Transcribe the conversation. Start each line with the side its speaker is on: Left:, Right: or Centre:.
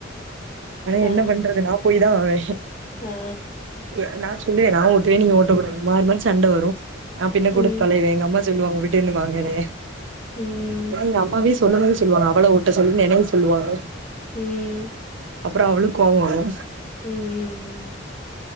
Right: ஆனா
Left: ஆ
Right: என்ன பண்றது நா போயிதா ஆவே
Left: ஆ
Right: எ நா சொல்லுவே நா ஓட்டுவே நீங்க ஓட்டக்கூடாது மாரி மாரி சண்ட வரு நா பின்ன
Left: ம்
Right: குடுத்தொலைவே எங்க அம்மா சொல்லுவாங்க விட்டுனு வாங்கனு
Left: ம்
Right: ஏனா எங்க அம்மாவே சொல்லுபோதே சொல்லுவாங்க அவள ஓட்ட சொல்லுனு நெனவு சொல்லுவாங்க
Left: ம்
Right: அப்றோ அவளுக் கோவோ வரு
Left: ம் ம்